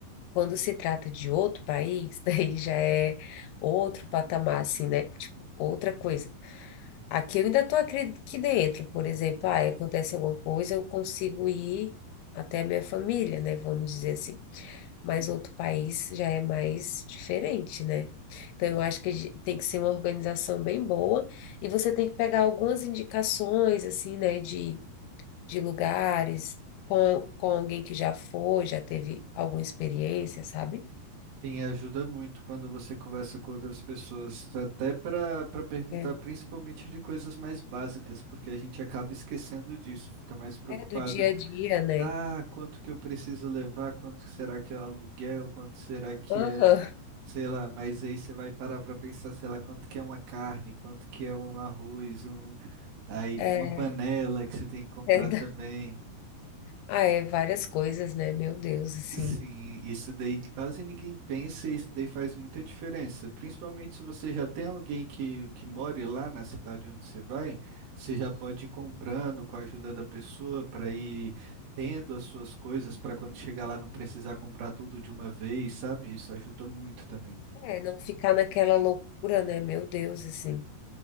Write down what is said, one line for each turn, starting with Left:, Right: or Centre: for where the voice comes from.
Left: quando se trata de outro país, <laughs> daí já é outro patamar, assim, né? Tipo, outra coisa. Aqui eu ainda estou aqui aqui dentro, por exemplo, ah, acontece alguma coisa, eu consigo ir até a minha família, né? Vamos dizer assim. Mas
Right: sim.
Left: outro país já é mais diferente, né? Então eu acho que a gen- tem que ser uma organização bem boa e você tem que pegar algumas indicações, assim, né, de, de lugares com, com alguém que já foi, já teve alguma experiência, sabe?
Right: Sim, ajuda muito quando você conversa com outras pessoas, até para para perguntar
Left: É,
Right: principalmente de coisas mais básicas, porque a gente acaba esquecendo disso, fica mais preocupado
Left: é do dia a dia, né?
Right: Ah, quanto que eu preciso levar? Quanto será que é o aluguel? Quanto será que
Left: Aham.
Right: é, sei lá, mas aí você vai parar para pensar, sei lá, quanto que é uma carne, quanto que é um arroz, um aí
Left: É,
Right: uma panela que você tem que comprar
Left: é
Right: também.
Left: Ah, é várias coisas, né? Meu Deus, assim.
Right: Sim, isso daí de- quase ninguém pensa e isso daí faz muita diferença. Principalmente se você já tem alguém que, que more lá na cidade onde você vai, você
Left: Assim,
Right: já pode ir comprando com a ajuda da pessoa para ir tendo as suas coisas para quando chegar lá não precisar comprar tudo de uma vez, sabe? Isso ajuda muito também.
Left: É, não ficar naquela loucura, né? Meu Deus, assim.